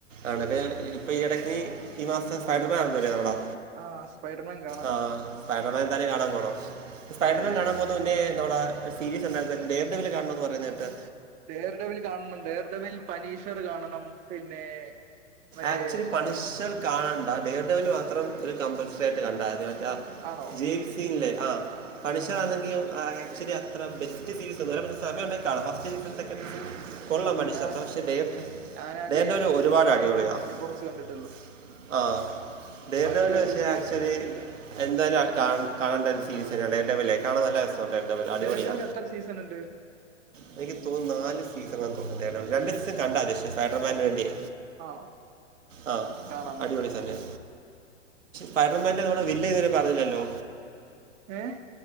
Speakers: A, on the right; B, on the right.
A: ആണെങ്കി ഇപ്പോ ഈ ഇടയ്ക്ക് ഈ മാസം സ്പൈഡർമാൻ എറങ്ങും ഇല്ലിയോടാ
B: ആഹ് സ്പൈഡർമാൻ കാണണം
A: ആഹ് സ്പൈഡർമാൻ എന്താലും കാണാൻ പോണം. സ്പൈഡർമാൻ
B: അതെ
A: കാണാൻ
B: അതെ.
A: പോ മുന്നേ ആയിരുന്നോടാ സീരിസ് ഉണ്ടായിരുന്നല്ലോ ഡേ ഡെർവില് കാണണമെന്ന് പറയുന്ന കേട്ട്
B: ഡേ ഡര്‍വില്‍ കാണണം. ഡേ ഡര്‍വില്‍ പനീഷർ കാണണം പിന്നെ മറ്റേ
A: ആക്ച്വലി പണിഷർ കാണണ്ട ഡേ ഡര്‍വില്‍ മാത്രം ഒരു കമ്പൽസറി ആയിട്ട് കണ്ടാ മതി മറ്റ <unintelligible>
B: ആണോ
A: <unintelligible> ആ പണിഷറാ ണെങ്കിലും ആക്ച്വലി അത്ര ബെസ്റ്റ് സീരിസ് ഒന്നുമല്ല പക്ഷേ സമയംഉണ്ടെങ്കി ഫസ്റ്റ് സീരിസും സെക്കഡ് സീരിസും കൊള്ളാം പനിഷേ
B: ഞാൻ
A: പക്ഷെ ഡേ
B: ഞാനാകെ
A: ഡെർവിൽ ഒരുപാട്
B: മൂൺ
A: ആണ്.
B: നൈറ്റ്
A: <unintelligible>
B: മാത്രമേ കുറച്ച് കണ്ടിട്ടുള്ളൂ
A: ആ ഡേ
B: ബാക്കി
A: ഡെർവിൽ
B: ഒരു
A: പക്ഷേ
B: സീരീസും
A: ആക്ച്വലി
B: കണ്ടിട്ടില്ല
A: എന്തായാലും ആ കാ കാണേണ്ട ഒരു സീരിസാ ഡെ ഡെർവിലെ കാണാൻ നല്ല രസം. ഡെ ഡെർവിൽ അടിപൊളിയാ
B: ഡെയർ ഡെവിൽ എത്ര സീസൺ ഉണ്ട്
A: എനിക്ക് തോന്നന്ന് നാല് സീസൺ ആന്ന് തോന്നുന്നു ഡെ ഡെർവില് രണ്ട് സീസൺ കണ്ടാ മനിഷേ സ്പൈഡർമാന്റെയെക്കെയേ
B: ആണോ?
A: ആ
B: കാണാൻ
A: അടിപൊളി
B: നോക്കാം
A: തന്നയാ പൈഡർമാൻ്റെ നണ വില്ല്തത് പറഞ്ഞില്ലല്ലോ?
B: ഏ